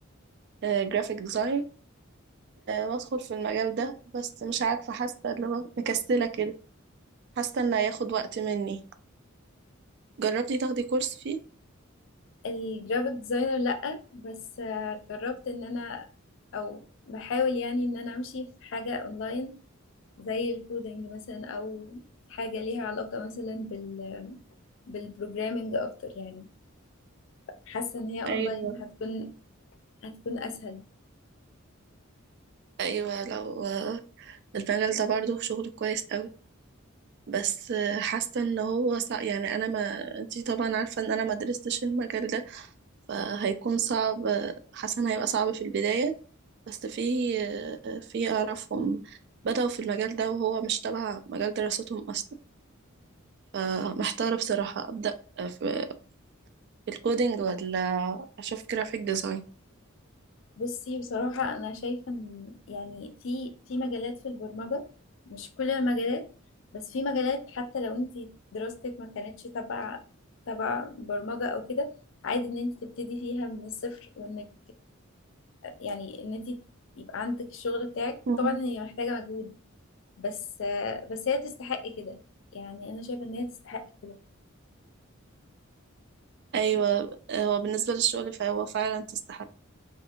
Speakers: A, on the right; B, on the left.
A: جرافيك ديزاين وأدخل في المجال ده بس مش عارفة حاسة اللي هو مكسلة كده حاسة إنه هياخد وقت مني جربتي تاخدي كورس فيه؟
B: الجرافيك ديزاينر لأ بس آه، جربت ان انا او بحاول يعني ان انا امشي في حاجة اونلاين زي الكودينج مثلا او حاجة ليها علاقة مثلا بال بالبروجرامينج اكتر يعني حاسة ان هي اونلاين
A: أيوة
B: هتكون هتكون اسهل
A: أيوة لو آه، المجال ده برضه شغله كويس أوي بس آه، حاسة إن هو صع... يعني أنا ما أنتي طبعا عارفة إن أنا ما درستش المجال ده فهيكون صعب حاسة إن هيبقى صعب في البداية بس في في أعرفهم بدأوا في المجال ده وهو مش تبع مجال دراستهم أصلا فمحتارة بصراحة أبدأ في في الكودينج ولا أشوف جرافيك ديزاين
B: بصي بصراحة أنا شايفة إن يعني في في مجالات في البرمجة مش كل المجالات بس في مجالات حتى لو أنت دراستك ما كانتش تبع تبع برمجة أو كده عادي إن أنت تبتدي فيها من الصفر وإنك يعني إن أنت يبقى عندك الشغل بتاعك
A: مم.
B: طبعا هي محتاجة مجهود بس بس هي تستحق كده يعني أنا شايفة إن هي تستحق كده
A: أيوة هو بالنسبة للشغل فهو فعلا تستحق